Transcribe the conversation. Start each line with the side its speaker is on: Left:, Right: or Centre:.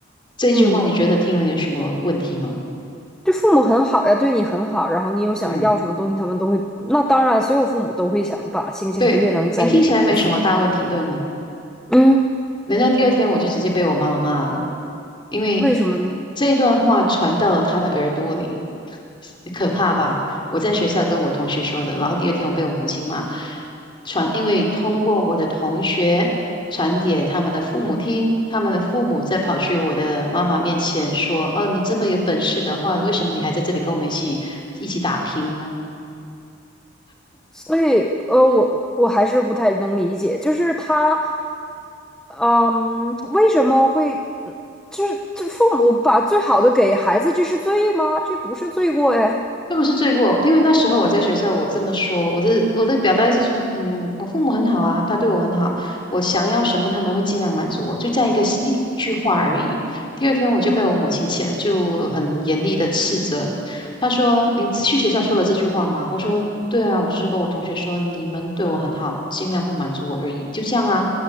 Left: 这句话你觉得听了有什么问题吗？
Centre: 嗯，这父母很好呀，对你很好，然后你有想要什么东西，
Left: 嗯，
Centre: 他们都会。那当然，所有父母都会想把星星和月亮摘给孩子嘛。
Left: 对，你听起来没什么大问题，对吗？
Centre: 嗯，
Left: 难道第二天我就直接被我妈妈骂了？因为
Centre: 为什么呢？
Left: 这段话传到了他的耳朵里，可怕吧？我在学校跟我同学说的，然后第二天我被我母亲骂，传，因为通过我的同学传给他们的父母听，他们的父母再跑去我的妈妈面前说：“呃，你这么有本事的话，为什么你还在这里跟我们一起一起打拼呢？”
Centre: 所以，呃，我我还是不太能理解，就是他，嗯，为什么会，嗯就是这父母把最好的给孩子，这是罪吗？这不是罪过哎。
Left: 这不是罪过，因为那时候我在学校，我这么说，我的我的表达意思是说，嗯，我父母很好啊，他对我很好，我想要什么他们会尽量满足我，就这样一个一句话而已。第二天我就被我母亲气，
Centre: 嗯，
Left: 就很严厉的斥责，她说：“你去学校说了这句话吗？”我说：“对啊，我只是跟我同学说你们对我很好，尽量会满足我而已，就这样啊。”